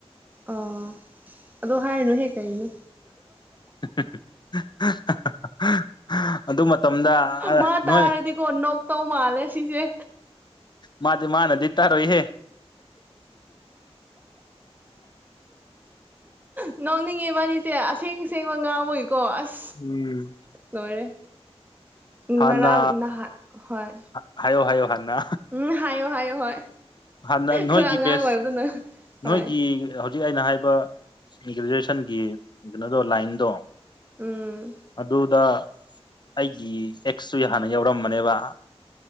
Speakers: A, on the right; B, on the left.
A: ꯑꯣ ꯑꯗꯨ ꯍꯥꯏꯅꯨꯍꯦ ꯀꯔꯤꯅꯣ
B: <unintelligible> ꯑꯗꯨ ꯃꯇꯝꯗ ꯑ
A: ꯃꯥ ꯇꯥꯔꯗꯤꯀꯣ
B: ꯅꯣꯏ
A: ꯅꯣꯛꯇꯧ ꯃꯥꯜꯂꯦ ꯁꯤꯁꯦ
B: ꯃꯥꯗꯤ ꯃꯥꯅ ꯗꯤ ꯇꯔꯣꯏ ꯍꯦ
A: ꯅ‌ꯣꯛꯅꯤꯡꯉ‌ꯦ ꯋꯥꯔꯤ ꯁꯦ ꯑꯁꯦꯡ ꯁꯦꯡꯕ ꯉꯥꯡꯕꯒꯤꯀꯣ ꯑꯁ
B: ꯎꯝ
A: ꯂꯣꯏꯔꯦ
B: ꯍꯥꯟꯅ
A: ꯉꯔꯥꯡ ꯅꯍꯥ ꯍꯣꯏ
B: ꯍꯥꯏꯌꯣ ꯍꯥꯏꯌꯣ ꯍꯟꯅ
A: ꯎꯝ ꯍꯥꯏꯌꯣ ꯍꯥꯏꯌꯣ ꯍꯣꯏ
B: ꯍꯥꯟꯅ ꯅꯣꯏꯒꯤ
A: ꯈꯔ ꯑꯉꯥꯡ
B: ꯕꯦꯠꯁ
A: ꯑꯣꯏꯕꯗꯨꯅ ꯍꯣꯏ
B: ꯅꯣꯏꯒꯤ ꯍꯧꯖꯤꯛ ꯍꯧꯖꯤꯛ ꯑꯩꯅ ꯍꯥꯏꯕ ꯒ꯭ꯔꯦꯖ꯭ꯋꯦꯁꯟꯒꯤ ꯀꯩꯅꯣꯗꯣ ꯂꯥꯏꯟꯗꯣ
A: ꯎꯝ
B: ꯑꯗꯨꯗ ꯑꯩꯒꯤ ꯑꯦꯛꯁꯁꯨ ꯍꯥꯟꯅ ꯌꯥꯎꯔꯝꯕꯅꯦꯕ